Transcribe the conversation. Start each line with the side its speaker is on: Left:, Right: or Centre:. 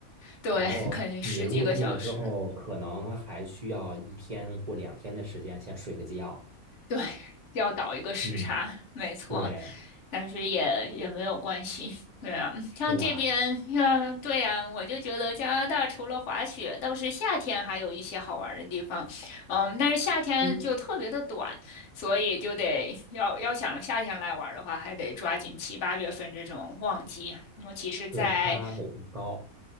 Left: 对，
Right: 然后你落地了之后，
Left: 肯定十几个小时。
Right: 可能还需要一天或两天的时间先睡个觉。
Left: 对，要倒一个时差，
Right: 嗯，
Left: 没错，
Right: 对，
Left: 但是也也没有关系。对啊，像这边，
Right: 是吧？
Left: 像对呀，我就觉得加拿大除了滑雪，倒是夏天还有一些好玩儿的地方，嗯，但是夏天就特别的短，
Right: 嗯，
Left: 所以就得要要想夏天来玩儿的话，还得抓紧七八月份这种旺季，尤其是在
Right: 对，它纬度高。